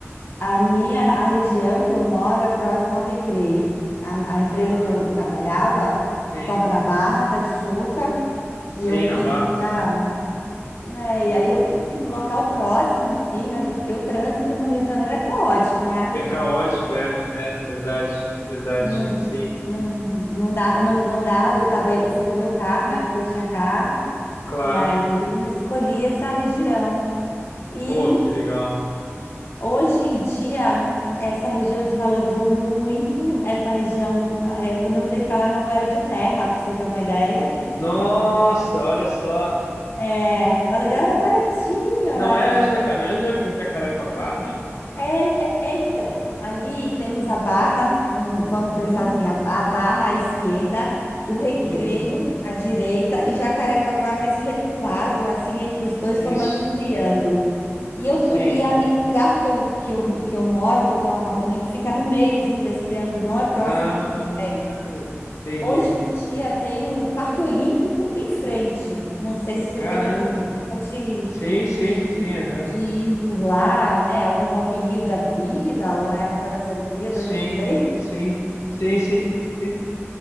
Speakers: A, on the left; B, on the left.
A: A minha, a região que eu moro é próxima ao Recreio. A, a empresa
B: Ah,
A: que eu trabalhava
B: sim,
A: estava na Barra da Tijuca
B: sim,
A: e eu queria...
B: na Barra.
A: É,
B: Pô,
A: e aí eu queria
B: que
A: um
B: massa.
A: local próximo, assim, né? Porque o trânsito no Rio de Janeiro é caótico, né?
B: É caótico, é, é, verdade, verdade.
A: Não,
B: Sim,
A: não, não dá, não, não dá. Eu tava, eu fui com o meu carro, né? Porque eu tinha carro,
B: claro.
A: e aí escolhi essa região. E
B: Pô, que legal.
A: hoje em dia essa região se valorizou muito. Essa região, é, quando eu mudei para lá, minha rua era de terra, para você ter uma ideia.
B: Nossa, olha só.
A: É, o aluguel era baratinho,
B: Não
A: era
B: é
A: tipo,
B: Jacané, é Jaca- Jacarepaguá, não.
A: É, é, é, então, ali temos a barra, vamos, vamos
B: Uhum,
A: pensar assim, a, a barra à esquerda, o Recreio
B: uhum,
A: à direita e Jacarepaguá mais recuado, assim, entre os dois,
B: isso,
A: formando um triângulo. E, eu
B: sim.
A: tô, e, a- e o lugar que eu, que eu, que eu moro, que eu tenho um apartamento, fica no meiozinho desse triângulo, não é próximo
B: Ah,
A: da praia.
B: entendi.
A: Hoje em dia tem o Parque Olímpico em frente. Não sei se você
B: Caramba.
A: teve a oportunidade de,
B: Sim, sim,
A: de,
B: sim, aham.
A: de ir por lá, né? Algum Rock in Rio da vida, ou na época das Olimpíadas,
B: Sim,
A: não sei.
B: sim, sim, sim, sim.